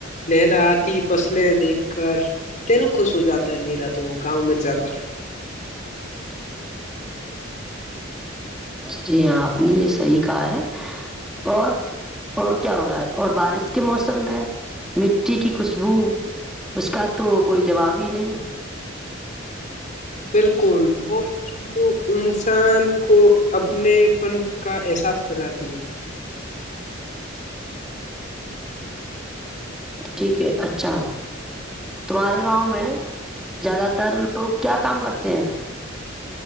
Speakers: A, on the left; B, in the centre.
A: لہلا آتی فصلیں دیکھ کر دل خوش ہو جاتا ہے میرا تو گاؤں میں جا کر
B: جی ہاں آپ نے یہ صحیح کہا ہے اور اور کیا ہو رہا ہے اور بارش کے موسم میں مٹی کی خوشبو اس کا تو کوئی جواب ہی نہیں
A: بالکل وہ تو انسان کو اپنے پن کا احساس دلاتی ہے
B: ٹھیک ہے اچھا تمہارے گاؤں میں زیادہ تر لوگ کیا کام کرتے ہیں